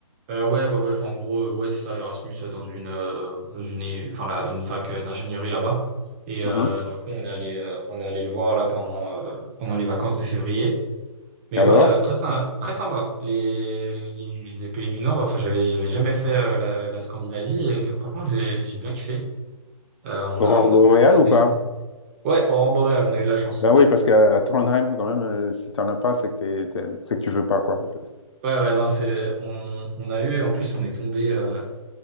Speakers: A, on the right; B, on the left.
A: Euh, ouais, ouais, ouais. Enfin, en gros, euh, ouais, c'est ça, Erasmus euh, dans une, euh, dans une, é- enfin, la- une fac euh, d'ingénierie là-bas. Et
B: Mhm.
A: euh, du coup, on est allé, euh, on est allé le voir là pendant, euh, pendant les vacances de février. Mais
B: Alors,
A: ouais, euh, très,
B: oui.
A: sy- très sympa. Les, les, les pays du Nord. Enfin, j'avais, j'avais jamais fait euh, la, la Scandinavie et franchement, j'ai, j'ai bien kiffé. Euh, on
B: aurore
A: a, on
B: boréale
A: a bien profité.
B: ou pas?
A: Ouais, Aurore Boréale, on a eu de la chance.
B: Ben oui, parce qu'à à Trondheim, quand même, euh, si t'en as pas, c'est que t'es- t'es- c'est que tu veux pas, quoi, en fait.
A: Ouais, ouais, non, c'est, on, on a eu. En plus, on est tombé, euh,